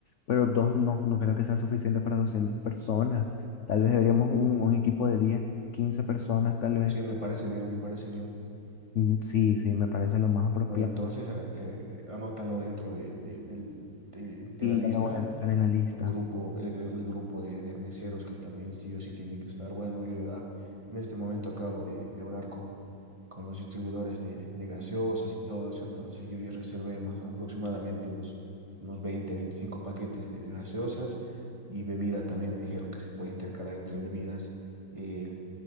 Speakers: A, on the left; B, on the right.
A: pero dos no, no creo que sea suficiente para 200 personas. Tal vez deberíamos un, un equipo de 10 15 personas, tal vez.
B: sí, me parece bien, me parece bien.
A: Mm, Sí, sí, me parece lo más apropiado.
B: Bueno, entonces a- eh, anótalo dentro de, de, del- de- de
A: Y
B: la lista,
A: ya lo voy a dejar en la lista.
B: un grupo, el, el grupo de, de meseros que también sí o sí tiene que estar. Bueno, yo ya en este momento acabo de, de hablar con, con los distribuidores de, de gaseosas y todo eso, entonces yo ya reservé más aproximadamente unos, unos 20 25 paquetes de, de gaseosas y bebida también me dijeron que se puede intercalar entre bebidas. eh,